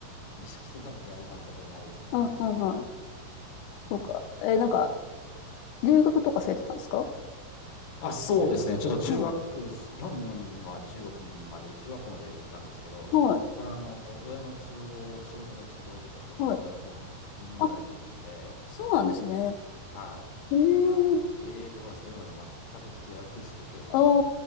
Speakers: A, on the left (about 55°); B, on the left (about 80°).
A: 立証してるわけでは今のところないですね。
B: あ、はいはいはい。
A: はい。
B: そうか。え、なんか、留学とかされてたんですか
A: あ、そうですね。ちょっと中学、
B: はい。
A: 日本には中学まで、中学校までいたんですけど、そ、
B: はい。
A: そ、そこからあの、親の都合、仕事の都合でちょっとアメリカの方に10年ぐらい行ってたので、
B: はい。あ、そうなんですね。
A: はい。
B: ええ
A: ただごめんなさい。英語はそれまで全く嫌いでして、
B: ああ、